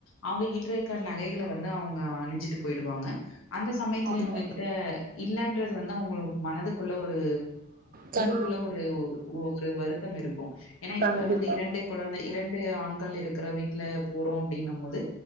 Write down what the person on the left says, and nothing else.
அவங்க கிட்ர இருக்க நகைகளை வந்து அவங்க அணிஞ்சிட்டு போயிடுவாங்க அந்த சமயத்துல
இவங்ககிட்ட இல்லன்றது வந்து அவங்க மனதுக்குள்ள ஒரு
குள்ள ஒரு ஒரு வருத்தம் இருக்கும் ஏன்னா
இப்ப வந்து இரண்டு குழந்தை இரண்டு ஆண் கள் இருக்கற வீட்டுல போறோ அப்டின்னும் மோது